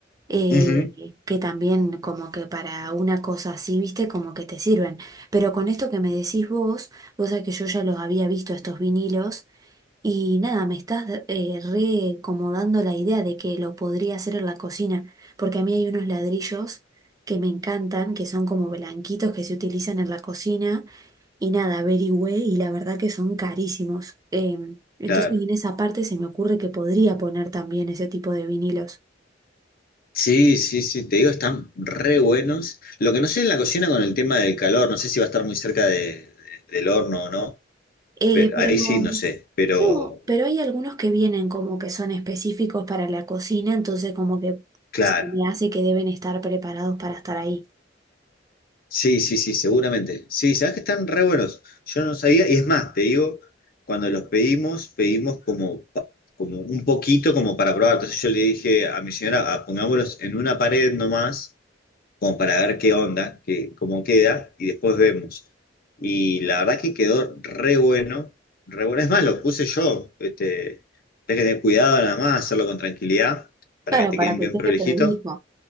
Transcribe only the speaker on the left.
Ujú.
Claro.
Sí, sí, sí, te digo, están re buenos. Lo que no sé en la cocina con el tema del calor, no sé si va a estar muy cerca de- de- del horno o no.
pe-
ahí sí, no sé, pero
claro.
Sí, sí, sí, seguramente. Sí, sabes que están re buenos. Yo no sabía, y es más, te digo, cuando los pedimos, pedimos como, pa- como un poquito como para probar. Entonces yo le dije a mi señora, "Ah, pongámoslos en una pared nomás como para ver qué onda, qué, cómo queda, y después vemos. Y la verdad que quedó re bueno, re bueno. Es más, lo puse yo. Este, tenés que tener cuidado nada más, hacerlo con tranquilidad, para
que te
queden
bien
prolijito.